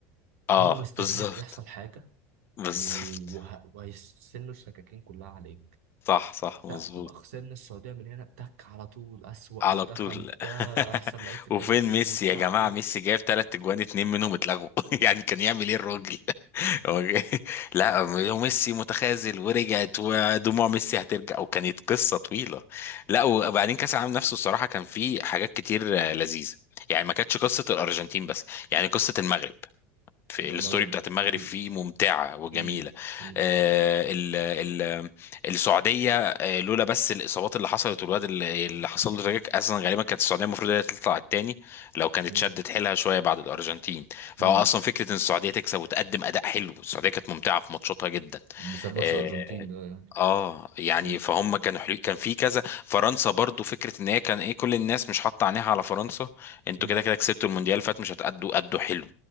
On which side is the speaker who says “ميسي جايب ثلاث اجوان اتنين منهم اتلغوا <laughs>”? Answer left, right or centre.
Left